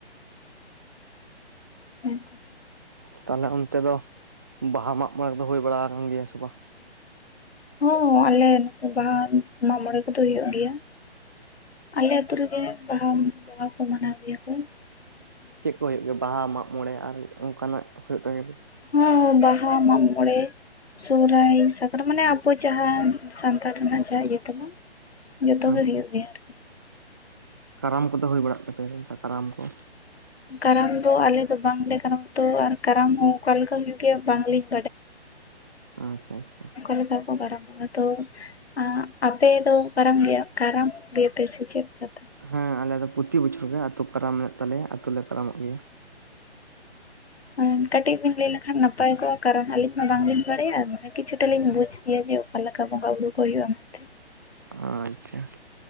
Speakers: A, on the left (about 70°); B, on the right (about 15°).
A: ᱦᱮᱸ
B: ᱛᱟᱦᱟᱞᱮ ᱚᱱᱛᱮ ᱫᱚ, ᱵᱟᱦᱟ ᱢᱟᱜ ᱢᱚᱬᱮ ᱫᱚ ᱦᱩᱭ ᱵᱟᱲᱟ ᱟᱠᱟᱱ ᱜᱮᱭᱟ ᱥᱮ ᱵᱟᱝ?
A: ᱦᱚᱸ ᱟᱞᱮ ᱱᱚᱛᱮ ᱵᱟᱦᱟ ᱢᱟᱜ ᱢᱚᱬᱮ ᱠᱚᱫᱚ ᱦᱩᱭᱩᱜ ᱜᱮᱭᱟ᱾ ᱟᱞᱮ ᱟᱹᱛᱩ ᱨᱮᱜᱮ ᱵᱟᱦᱟ ᱵᱚᱸᱜᱟ ᱠᱚ ᱢᱟᱱᱟᱣ ᱜᱮᱭᱟ ᱠᱚ᱾
B: ᱪᱮᱫ ᱠᱚ ᱦᱩᱭᱩᱜ ᱜᱮᱭᱟ ᱵᱟᱦᱟ ᱢᱟᱜ ᱢᱚᱬᱮ ᱟᱨ ᱚᱱᱠᱟᱱᱟᱜ ᱦᱳᱭᱳᱜ ᱛᱮᱜᱮ
A: ᱦᱚᱸ ᱵᱟᱦᱟ ᱢᱟᱜ ᱢᱚᱬᱮ, ᱥᱚᱦᱚᱨᱟᱭ ᱥᱟᱠᱨᱟᱛ ᱢᱟᱱᱮ ᱟᱵᱚ ᱡᱟᱦᱟᱸ ᱥᱟᱱᱛᱟᱲ ᱨᱮᱱᱟᱜ ᱡᱟᱦᱟᱸ ᱤᱭᱟᱹ ᱛᱟᱵᱚ ᱡᱚᱛ
B: ᱟᱪᱪᱷᱟ
A: ᱜᱮ ᱦᱩᱭᱩᱜ
B: ᱟᱪᱪᱷᱟ
A: ᱜᱮᱭᱟ᱾
B: ᱠᱟᱨᱟᱢ ᱠᱚᱫᱚ ᱦᱩᱭ ᱵᱟᱲᱟᱜ ᱛᱟᱯᱮᱭᱟ ᱠᱟᱨᱟᱢ ᱠᱚ
A: ᱠᱟᱨᱟᱢ ᱫᱚ ᱟᱞᱮ ᱫᱚ ᱵᱟᱝᱞᱮ ᱠᱟᱨᱟᱢ ᱛᱚ ᱟᱨ ᱠᱟᱨᱟᱢ ᱦᱚᱸ ᱚᱠᱟᱮᱠᱟ ᱦᱩᱭᱩᱜ ᱜᱮᱭᱟ ᱵᱟᱝᱞᱤᱧ᱾
B: ᱟᱪᱪᱷᱟ ᱟᱪᱪᱷᱟ᱾
A: ᱚᱠᱟ ᱞᱮᱠᱟ ᱠᱚ ᱠᱟᱨᱚᱢ ᱠᱚ ᱠᱚᱜ-ᱟ ᱛᱚ᱾ ᱟᱸ ᱟᱯᱮ ᱫᱚ ᱠᱟᱨᱟᱢ ᱜᱮᱭᱟ ᱠᱟᱨᱟᱢ ᱜᱮᱯᱮ ᱥᱮᱪᱮᱫ ᱠᱟᱛᱟ
B: ᱦᱮᱸ ᱟᱞᱮ ᱫᱚ ᱯᱚᱛᱤ ᱵᱚᱪᱷᱚᱨ ᱜᱮ ᱟᱛᱳ ᱠᱟᱨᱟᱢ ᱮ ᱛᱟᱞᱮᱭᱟ ᱟᱛᱳ ᱞᱮ ᱠᱟᱨᱟᱢᱚᱜ ᱜᱮᱭᱟ᱾
A: ᱚ᱾ ᱠᱟᱹᱴᱤᱡ ᱵᱮᱤᱱ ᱞᱮᱭ ᱞᱮᱠᱷᱟᱱ ᱱᱟᱯᱟᱭ ᱠᱚᱜᱼᱟ ᱠᱟᱨᱚᱱ ᱱᱟᱜ ᱟᱞᱤᱧ ᱢᱟ ᱵᱟᱝᱞᱤᱧ ᱵᱟᱲᱟᱭᱟ ᱢᱟᱱᱮ ᱠᱤᱪᱷᱩᱴᱟ ᱞᱤᱧ ᱵᱩᱡ ᱠᱮᱭᱟ ᱡᱮ, ᱟ ᱞᱮᱠᱟ ᱵᱚᱸᱜᱟ ᱵᱩᱨᱩ ᱠᱚ ᱦᱩᱭᱩᱜ-ᱟ ᱢᱮᱱᱛᱮ᱾
B: ᱚᱸ ᱟᱪᱪᱷᱟ᱾